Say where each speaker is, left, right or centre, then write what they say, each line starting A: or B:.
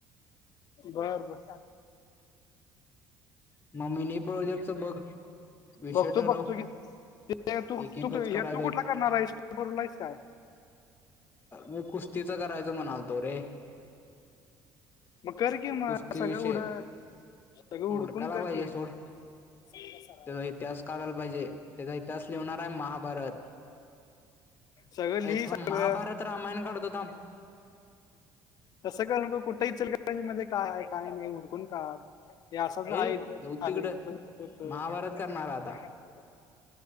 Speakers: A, on the left (about 50°); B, on the left (about 25°).
A: बर बर.
B: मग मिनी प्रोजेक्टच बघ. विषय
A: बघ तू
B: ठरव
A: बघतू ते तू
B: एकेकच
A: तु तू
B: करायचे
A: कुठला करणार आहेस तू करूला आहेस काय?
B: मी कुस्तीच करायच म्हणाल तो रे.
A: मग करकी मग
B: कुस्ती
A: सगळं
B: विषय
A: उड सगळं उडकून
B: हुडकायला
A: करकी.
B: पाहिजे सोड
A: <inaudible>
B: त्याचा इतिहास कढायला पाहिजे, त्याचा इतिहास लिहणार आहे महाभारत.
A: सगळं लिही
B: एथ
A: सगळं
B: महाभारत रामायण करतो थांब.
A: तसं कर न का कुठं इचल का रेंज मध्ये काय काय नाही हुडकून काढ. <unintelligible>
B: ए जाऊ तिकडं महाभारत करणार आता